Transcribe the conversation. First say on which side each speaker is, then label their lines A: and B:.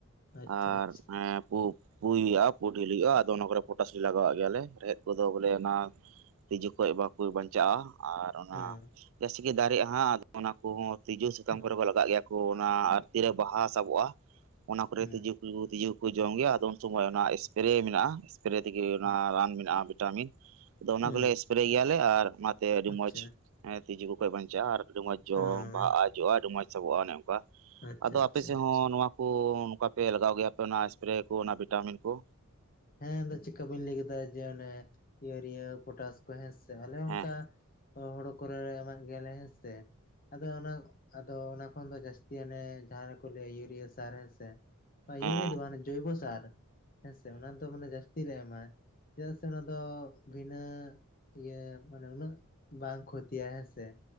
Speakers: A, on the left (about 40°); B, on the right (about 65°).
A: ᱟᱪᱪᱷᱟ
B: ᱟᱨ
A: ᱟᱪᱪᱷᱟ
B: ᱯᱩ ᱯᱩᱭ ᱦᱩᱭᱩᱜ-ᱟ ᱯᱩ ᱰᱷᱤᱞ ᱦᱩᱭᱩᱜ-ᱟ ᱟᱫᱚ ᱚᱱᱟ ᱠᱚᱨᱮ ᱯᱚᱴᱟᱥ ᱞᱟᱜᱟᱣᱟᱜ ᱜᱮᱭᱟᱞᱮ᱾ ᱨᱮᱦᱮᱫ ᱠᱚᱫᱚ ᱵᱚᱞᱮ ᱚᱱᱟ <inaudible> ᱛᱤᱡᱩ ᱠᱷᱚᱡ ᱵᱟᱠᱚ ᱵᱟᱧᱪᱟᱜ-ᱟ ᱟᱨ ᱚᱱᱟ
A: ᱦᱮᱸ
B: ᱡᱟᱹᱥᱛᱤ ᱜᱤ ᱫᱟᱨᱤᱜ-ᱟ ᱦᱟᱸᱜ ᱟᱨ ᱚᱱᱟ ᱠᱩᱦᱚᱸ ᱛᱤᱡᱩ ᱥᱟᱠᱟᱢ
A: ᱦᱮᱸ
B: ᱠᱚᱨᱮ ᱠᱚ ᱞᱟᱜᱟᱜ ᱜᱮᱭᱟ ᱾ ᱠᱩ ᱚᱱᱟ ᱟᱨ ᱛᱤᱨᱮ ᱵᱟᱦᱟ ᱥᱟᱵᱚᱜ-ᱟ ᱚᱱᱟ ᱠᱚᱨᱮ
A: ᱦᱮᱸ
B: ᱛᱤᱡᱩ ᱦᱩᱲᱩ ᱛᱤᱡᱩ ᱠᱚ ᱡᱚᱢ ᱜᱮᱭᱟ ᱟᱫᱚ ᱩᱱ ᱥᱚᱢᱚᱭ ᱚᱱᱟ ᱮᱥᱯᱮᱨᱮ ᱢᱮᱱᱟᱜ-ᱟ ᱾ ᱯᱮᱨᱮ ᱛᱮᱜᱮ ᱚᱱᱟ
A: ᱦᱩᱸ
B: ᱨᱟᱱ ᱢᱮᱱᱟᱜ-ᱟ ᱵᱷᱤᱴᱟᱢᱤᱱ ᱟᱫᱚ ᱚᱱᱟ
A: ᱦᱩᱸ
B: ᱠᱚᱞᱮ ᱥᱯᱮᱨᱮ ᱜᱮᱭᱟᱞᱮ ᱟᱨ ᱛᱮ ᱟᱹᱰᱤ
A: ᱟᱪᱪᱷᱟ
B: ᱢᱚᱸᱡᱽ ᱮ ᱛᱤᱡᱩ ᱠᱚ ᱯᱮ ᱵᱟᱧᱪᱟᱜ-ᱟ ᱟᱨ ᱟᱹᱰᱤ ᱢᱚᱸᱡᱽ ᱡᱚ
A: ᱦᱮᱸ
B: ᱵᱟᱦᱟᱜ-ᱟ ᱡᱚᱜ-ᱟ ᱟᱹᱰᱤ ᱢᱚᱸᱡᱽ ᱥᱟᱵᱚᱜ-ᱟ ᱚᱱᱮ ᱚᱱᱠᱟ
A: ᱟᱪᱪᱷᱟ
B: ᱟᱫᱚ
A: ᱟᱪᱪᱷᱟ
B: ᱟᱯᱮ ᱥᱮᱫ ᱦᱚᱸ ᱱᱚᱣᱟ ᱠᱚ ᱱᱚᱝᱠᱟ ᱯᱮ ᱞᱟᱜᱟᱣ ᱜᱮᱭᱟᱯᱮ ᱚᱱᱟ ᱮᱥᱯᱨᱮ ᱠᱚ ᱚᱱᱟ ᱵᱷᱤᱴᱟᱢᱤᱱ ᱠᱚ᱾
A: ᱦᱮᱸ ᱮᱱ ᱫᱚ ᱪᱮᱠᱟ ᱵᱤᱱ ᱞᱟᱹᱭ ᱠᱮᱫᱟ ᱡᱮ ᱚᱱᱮ ᱤᱭᱩᱨᱤᱭᱟ ᱯᱚᱴᱟᱥ ᱠᱚ ᱦᱮᱸ ᱥ ᱟᱞᱮ ᱚᱱᱠᱟ
B: ᱦᱮᱸ
A: ᱦᱳᱲᱳ ᱠᱚᱨᱮ ᱮᱢᱟᱜ ᱜᱮᱭᱟᱞᱮ ᱦᱮᱸ ᱥᱮ ᱾ ᱟᱫᱚ ᱚᱱᱟ ᱟᱫᱚ ᱚᱱᱟ ᱠᱷᱚᱱ ᱫᱚ ᱡᱟᱹᱥᱛᱤᱭᱟᱱᱮ ᱡᱟᱦᱟᱸ ᱨᱮᱠᱚ ᱞᱟᱹᱭᱟ ᱤᱭᱩᱨᱤᱭᱟ ᱥᱟᱨ ᱦᱮᱸ ᱥᱮ ᱾ ᱤᱭᱩᱨᱤᱭᱟ
B: ᱦᱮᱸ
A: ᱫᱚ ᱵᱟᱝ ᱢᱟᱱᱮ ᱡᱚᱭᱵᱚ ᱥᱟᱨ ᱦᱮᱸ ᱥᱮ ᱚᱱᱟ ᱫᱚ ᱢᱟᱱᱮ ᱡᱟᱹᱥᱛᱤ ᱞᱮ ᱮᱢᱟ ᱪᱮᱫᱟᱜ ᱥᱮ ᱚᱱᱟ ᱫᱚ ᱵᱷᱤᱱᱟᱹ᱾ ᱤᱭᱟᱹ ᱢᱟᱱᱮ ᱩᱱᱟᱹᱜ ᱵᱟᱝ ᱠᱷᱚᱛᱤᱭᱟ ᱦᱮᱸᱥᱮ᱾